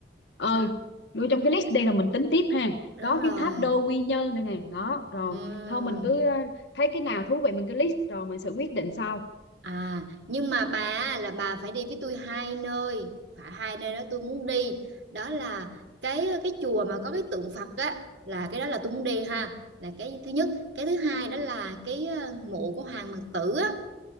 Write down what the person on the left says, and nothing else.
ờ
nuôi trong cái list đây là mình tính tiếp ha
có
cái tháp đôi quy nhơn đây nè đó rồi
thôi mình cứ ờ, thấy cái nào thú vị mình cứ list rồi mình sẽ quyết định sau